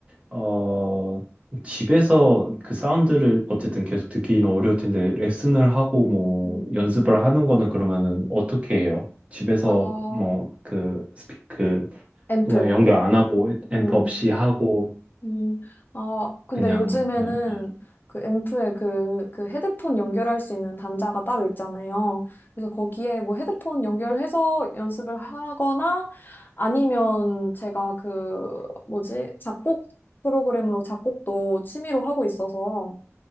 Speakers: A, on the right; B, on the left.
A: 어, 집에서 그 사운드를 어쨌든 계속 듣기는 어려울 텐데, 레슨을 하고 뭐
B: 음,
A: 연습을 하는 거는 그러면은 어떻게 해요? 집에서
B: 아,
A: 뭐 그 스피크
B: 앰프.
A: 그냥 연결 안 하고 앰프
B: 음,
A: 없이 하고
B: 음, 아, 근데
A: 그냥
B: 요즘에는
A: 하나요? 네.
B: 그 앰프에 그, 그 헤드폰 연결할 수 있는 단자가 따로 있잖아요. 그래서 거기에 뭐 헤드폰 연결해서 연습을 하거나 아니면 제가 그, 뭐지, 작곡 프로그램으로 작곡도 취미로 하고 있어서